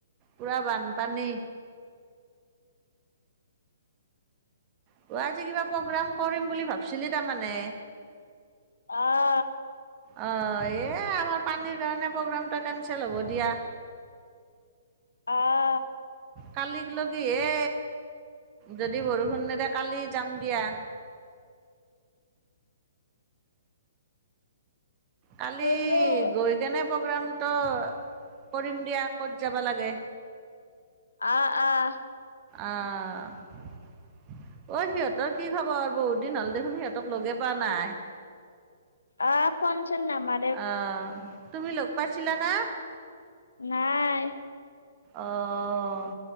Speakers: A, on the right; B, on the left.
A: পোৰা বানপানী। গুৱাহাটী কিবা প্ৰগ্ৰাম কৰিম বুলি ভাবিছিলি তাৰমানে।
B: অ'।
A: অ', এ, আমাৰ পানীৰ কাৰণে প্ৰগ্ৰেমটো কেনচেল হ'ব দিয়া।
B: অ'।
A: কালিক লগি এ, যদি বৰষুণ নেদে কালি যাম দিয়া। কালি,
B: হেল্ল'
A: গৈ কেনে প্ৰগ্ৰামতো কৰিম দিয়া ক'ত যাবা লাগে।
B: অ', অ'।
A: অ'। অ', সিহঁতৰ কি খবৰ? বহুত দিন হ'ল দেখোন সিহঁতক লগে পা নাই।
B: অ', ফোনচোন নামা
A: অ'। তুমি লগ পাইছিলা না?
B: নাই।
A: অ'।